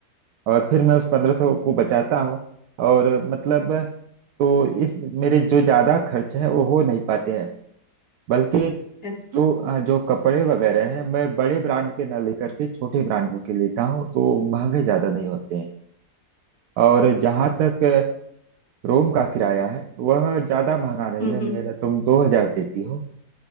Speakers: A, on the right; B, on the left.
A: और फिर मैं उस पंद्रह सौ को बचाता हूँ और मतलब तो इस मेरे जो ज्यादा खर्च है वो हो नहीं पाते हैं बल्कि
B: है अच्छा
A: जो अ, जो कपड़े वगैरह हैं मैं बड़े ब्रांड के ना लेकर के छोटे ब्रांडों के लेता हूँ तो महंगे ज्यादा नहीं होते हैं और जहाँ तक रूम का किराया है वह ज़्यादा महंगा नहीं
B: हम्म
A: है
B: हम्म
A: मेरा तुम दो हज़ार देती हो